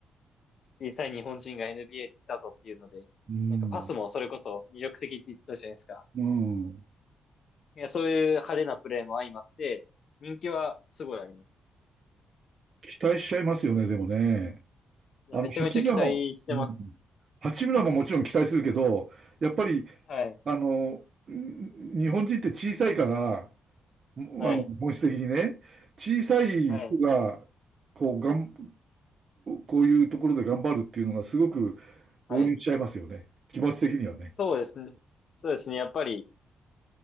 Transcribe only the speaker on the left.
小さい日本人が NBA に来たぞっていうので、
なんかパスもそれこそ魅力的って言ってたじゃないですか。
いや、そういう派手なプレーも相まって、人気はすごいあります。
いや、
めちゃめちゃ期待してますね。
はい。
はい。
はい。
はい。
そうですね。そうですね。やっぱり、